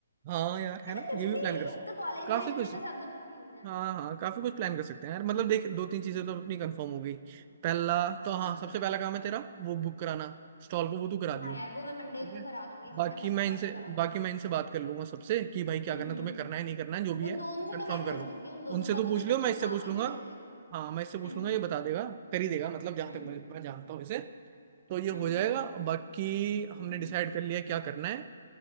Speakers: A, on the right (about 35°); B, on the left (about 85°).
A: हाँ यार है
B: मतलब
A: ना
B: कुछ
A: ये भी
B: भी
A: प्लान कर सकते
B: अब तो कॉलेज
A: काफी
B: लाइफ
A: कुछ
B: में तो सब लोग इसी हैं
A: हाँ हाँ काफी कुछ प्लान कर सकते हैं यार मतलब देख दो तीन
B: हम्म
A: चीजें तो अपनी कंफर्म हो गई पहला तो
B: हाँ
A: हाँ सबसे पहला काम है तेरा वो बुक कराना स्टॉल को वो तू करा दियो
B: हाँ यार वो मैं मंडे
A: ठीक है
B: को करा दूंगी फिर
A: बाकी
B: ना परसों
A: मैं
B: जाके
A: इनसे
B: करा दूंगी
A: बाकी
B: हाँ
A: मैं इनसे बात कर लूंगा सबसे कि भाई क्या
B: हम्म
A: करना है, तुम्हें करना है नहीं करना है जो भी
B: उन
A: है
B: दोनों से
A: कंफर्म
B: तो मैं पूछ
A: कर दो
B: लूंगी उन दोनों
A: उनसे
B: का
A: तो
B: तो
A: पूछ
B: मैं
A: लियो
B: कर लूंगी
A: मैं इससे
B: बाकी
A: पूछ लूंगा
B: से देख ले तू
A: हाँ मैं इससे पूछ
B: हम्म
A: लूंगा ये बता देगा कर ही देगा मतलब जहां
B: हम्म
A: तक मैं, मैं जानता हूँ इसे तो ये
B: हम्म
A: हो जाएगा
B: हम्म हम्म
A: बाकी हमने
B: हम्म
A: डिसाइड कर लिया क्या करना है